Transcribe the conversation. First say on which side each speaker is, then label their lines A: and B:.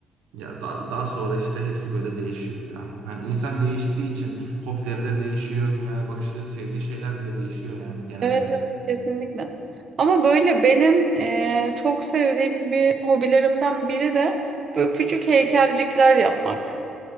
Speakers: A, on the right; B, on the right.
A: Ya daha, daha sonra işte hepsi böyle değişiyor ya. Hani insan değiştiği için hobileri de değişiyor. Dünyaya bakışı, sevdiği şeyler bile değişiyor yani genelde.
B: Evet evet kesinlikle. Ama böyle benim eee, çok sevdiğim bir hobilerimden biri de böyle küçük heykelcikler yapmak.